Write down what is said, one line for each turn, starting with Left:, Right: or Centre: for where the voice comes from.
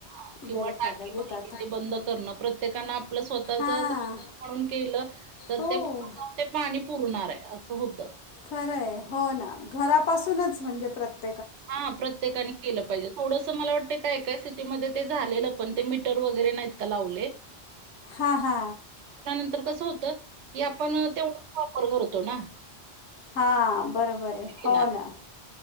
Right: अं किंवा
Left: गैरफायदा
Right: टाकी
Left: घेतात.
Right: भरली ते बंद करणं, प्रत्येकानं आप आप स्वतःच
Left: आपलं
Right: म्हणून. केलं तर
Left: हो.
Right: ते ते पाणी पुरणार आहे असं होतं.
Left: खरंय हो ना घरापासूनच म्हणजे प्रत्ये.
Right: हा प्रत्येकाने केलं पाहिजे थोडंस मला वाटतं का एकाय सिटीमध्ये ते झालेलं. पण ते मीटर वगैरे नाहीत का लावले.
Left: हा हा.
Right: ंतर कस होत की आपण तेवढ वापर करतो ना.
Left: हा बरोबर आहे
Right: येणार.
Left: हो ना